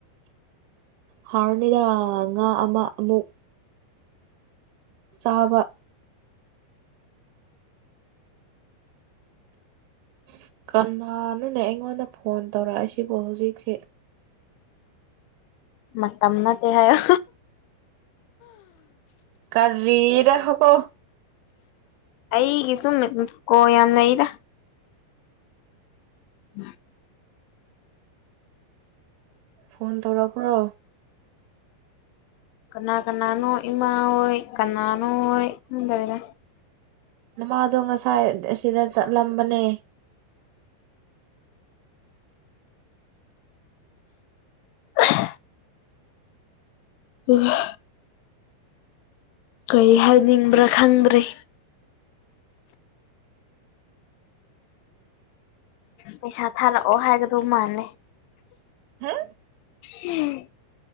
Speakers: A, on the right; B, on the left.
A: ꯍꯔꯅꯤꯗ ꯉ ꯑꯃ ꯑꯃꯨꯛ ꯆꯥꯕ ꯑ ꯀꯅꯥꯅꯅꯦ ꯑꯩꯉꯣꯟꯗ ꯐꯣꯟ ꯇꯧꯔꯛꯑꯁꯤꯕꯨ ꯍꯧꯖꯤꯛꯁꯦ
B: ꯃꯇꯝꯅꯠꯇ ꯍꯥꯏꯌꯣ
A: ꯀꯔꯤꯅꯤꯗ ꯍꯀꯣ
B: ꯑꯩꯒꯤ ꯁꯨꯝ ꯀꯣ ꯌꯥꯝꯅ ꯑꯩꯗ <unintelligible>
A: ꯐꯣꯟ ꯊꯧꯔꯛ ꯀ꯭ꯔꯣ
B: ꯀꯅꯥ ꯀꯅꯥꯅꯣ ꯏꯃꯥ ꯑꯣꯏ ꯀꯅꯥꯅꯣ ꯑꯣꯏ ꯈꯪꯗꯕꯤꯗ
A: ꯅꯃꯥꯗꯣ ꯉꯁꯥꯏ ꯑꯁꯤꯗ ꯆꯠꯂꯝꯕꯅꯦ
B: ꯎꯝ ꯍ ꯀꯩ ꯍꯥꯏꯅꯤꯡꯕ꯭ꯔꯥ ꯈꯪꯗ꯭ꯔꯔꯤ ꯄꯩꯁꯥ ꯊꯥꯔꯛꯑꯣ ꯍꯥꯏꯒꯗꯣ ꯃꯥꯥꯟꯂꯩ
A: ꯍꯥ
B: ꯎꯝ